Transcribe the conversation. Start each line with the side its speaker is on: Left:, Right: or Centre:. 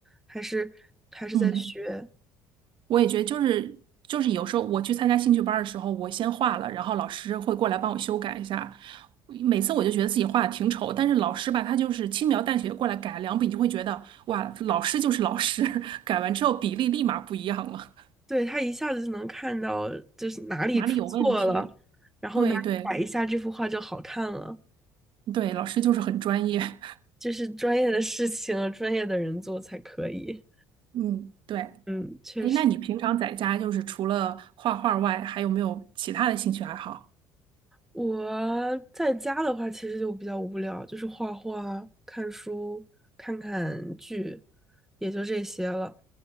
Centre: 还是还是在学。
Right: 嗯。我也觉得就是就是有时候我去参加兴趣班儿的时候，我先画了，然后老师会过来帮我修改一下。每次我就觉得自己画的挺丑，但是老师吧，他就是轻描淡写地过来改两笔，你就会觉得哇，老师就是老师，<laughs> 改完之后比例立马不一样了，
Centre: 对，他一下子就能看到就是哪里出错了，
Right: 哪里有问题？
Centre: 然后哪里改一下，
Right: 对对
Centre: 这幅画就好看了。
Right: 对，老师就是很专业。<laughs>
Centre: 这是专业的事情，专业的人做才可以。
Right: 嗯，对。
Centre: 嗯，确实。
Right: 哎，那你平常在家就是除了画画外，还有没有其他的兴趣爱好？
Centre: 我在家的话，其实就比较无聊，就是画画、看书、看看剧，也就这些了。